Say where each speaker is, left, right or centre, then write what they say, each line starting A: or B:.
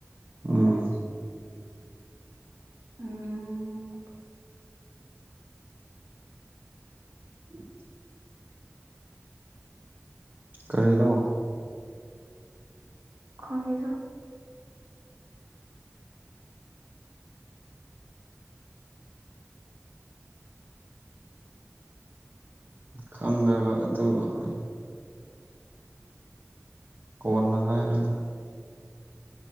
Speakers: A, on the right; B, on the right.
A: ꯑꯎꯝ
B: ꯎꯝ
A: <inaudible> ꯀꯔꯤꯅꯣ
B: ꯈꯡꯗꯦ ꯆꯧ
A: ꯈꯪꯗ꯭ꯔꯒ ꯑꯗꯨ ꯍꯣꯏ ꯀꯣꯟꯅ ꯍꯥꯏ ꯔꯣꯗ